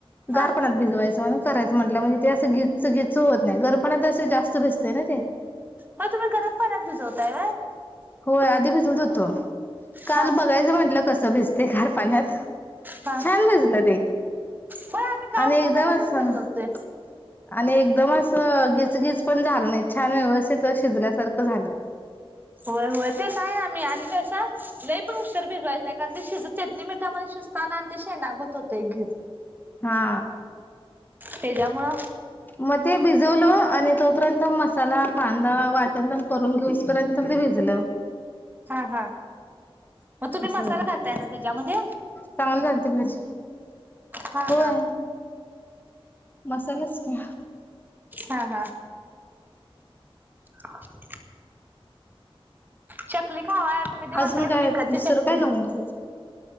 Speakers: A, on the right; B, on the left.
A: हा
B: गारपणात भिजवायचं म्ह करायच म्हट म्हणजे ते असं घीच घीच होत नाही गरम पाण्यात जास्त भिजताना ते
A: मग तुम्ही गरम पाण्यात भिजवताय
B: होय आधी भिजवत होतो काल
A: हा
B: बघायचं म्हंटलं कसं भिजते गार पाण्यात
A: हा
B: छान भिजलं ते
A: होय आम्ही गार
B: आणि
A: पाण्यामध्येच
B: एकदम अस आणि
A: भिजवतोय
B: एकदम घिचगीच पण झालं नाही छान व्यवस्थित शिजल्यासारखं झालं.
A: होय होय ते नाही आम्ही आणि तशा नाही पण उशर भिजवायच नाही कारण ते शिज चटणी मिट मध्ये शिजत काना तशे लागत होतेय गिर
B: हा
A: त्याच्यामुळे
B: मग ते भिजवलं आणि तोपर्यंत मसाला कांदा वाटण पण करून घेऊ इसपर्यंत मी भिजलं.
A: हा हा मग तुम्ही
B: असं
A: मसाला
B: झालं
A: घालताय ना त्याच्यामध्ये!
B: चांगलं झालं ते भाजी
A: हा
B: होय
A: हा
B: मसालाच का?
A: हा हा हम् चकली खावाय तुम्ही ते म्हणताय
B: अजून काय
A: ते विकतची
B: दुसरं
A: चकली
B: काय घालणार